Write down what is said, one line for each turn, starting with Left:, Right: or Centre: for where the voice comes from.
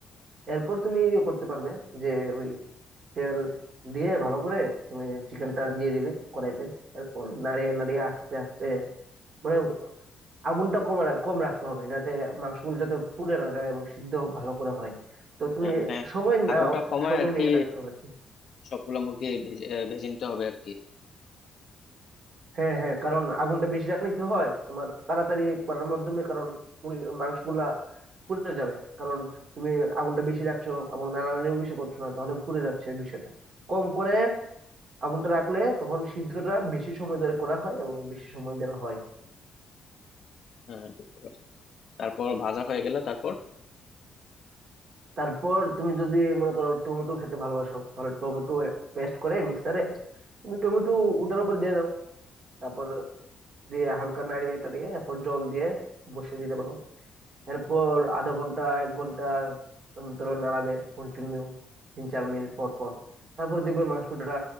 Right: এরপর তুমি ইয়ে করতে পারবে যে ওই তেল দিয়ে ভালো করে তুমি চিকেনটা দিয়ে দিবে কড়াইতে এরপর নাড়িয়ে নাড়িয়ে আস্তে আস্তে মানে আগুনটা কম রা- কম রাখতে হবে যাতে মাংসগুলো যাতে পুড়ে না যায় এবং সিদ্ধ ভালো করে হয় তো তুমি
Left: আহ, মানে
Right: সময়
Left: আগুনটা
Right: নাও
Left: কমায়
Right: সময়
Left: আর কি
Right: নিয়ে রাখতে হবে আর কি
Left: সবগুলো মুরগি ভেজে আহ, ভেজে নিতে হবে আর কি
Right: হ্যাঁ হ্যাঁ কারণ আগুনটা বেশি রাখলে কি হয় তোমার তাড়াতাড়ি করার মাধ্যমে কারণ মুরগি- মাংসগুলা পুড়ে যাবে কারণ তুমি আগুনটা বেশি রাখছো এবং নাড়ানাড়িও বেশি করছো না তাহলে পুড়ে যাচ্ছে বিষয়টা কম করে আগুনটা রাখলে তখন সিদ্ধটা বেশি সময় ধরে করা হয় এবং বেশি সময় ধরে হয়
Left: আহ, বুঝতে পারছি তারপর ভাজা হয়ে গেলে তারপর
Right: তারপর তুমি যদি মনে করো টমেটো খেতে ভালোবাসো তাহলে টমেটো পেস্ট করে মিক্সারে তুমি টমেটো ওটার উপর দিয়ে দাও তারপর দিয়ে হালকা নাড়িয়ে টাড়িয়ে এরপর জল দিয়ে বসিয়ে দিতে পারো এরপর আধা ঘন্টা এক ঘন্টা উম ধরো নাড়াবে কন্টিনিউ তিন চার মিনিট পর পর তারপর দেখবে মাংসটা